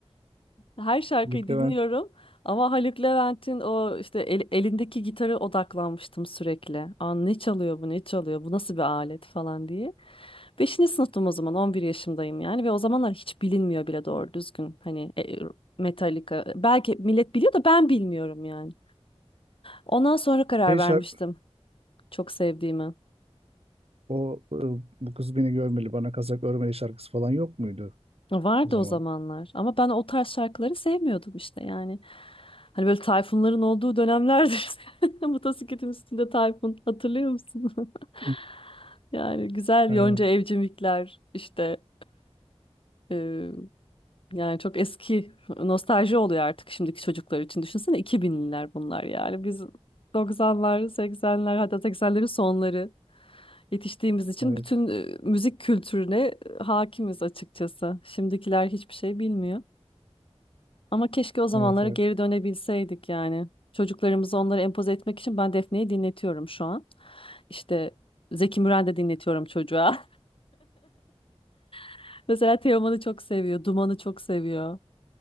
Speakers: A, on the left; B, on the right.
A: Her şarkıyı
B: Lük
A: dinliyorum
B: Levent
A: ama Haluk Levent'in o işte el- elindeki gitara odaklanmıştım sürekli. Aa, ne çalıyor bu ne çalıyor bu nasıl bir alet falan diye. Beşinci sınıftım o zaman 11 yaşımdayım yani ve o zamanlar hiç bilinmiyor bile doğru düzgün hani e, Metallica belki millet biliyor da ben bilmiyorum yani. Ondan sonra karar
B: şey
A: vermiştim
B: şarkı,
A: çok sevdiğimi.
B: O e, bu kız beni görmeli, bana kazak örmeli şarkısı falan yok muydu
A: Vardı
B: o zaman?
A: o zamanlar ama ben o tarz şarkıları sevmiyordum işte yani. Hani böyle Tayfunların olduğu dönemlerdir. <laughs> Motosikletin üstünde Tayfun hatırlıyor musun? <laughs>
B: Hı.
A: Yani güzel
B: Aynen.
A: Yonca Evcimikler işte e, yani çok eski nostalji oluyor artık şimdiki çocuklar için. Düşünsene 2000'liler bunlar yani biz 90'lar 80'ler hatta 80'lerin sonları yetiştiğimiz için
B: Evet.
A: bütün e, müzik kültürüne e, hakimiz açıkçası. Şimdikiler hiçbir şey bilmiyor. Ama keşke o zamanlara
B: Evet, evet.
A: geri dönebilseydik yani. Çocuklarımızı onlara empoze etmek için ben Defne'yi dinletiyorum şu an. İşte Zeki Müren de dinletiyorum çocuğa. <laughs> Mesela Teoman'ı çok seviyor, Duman'ı çok seviyor.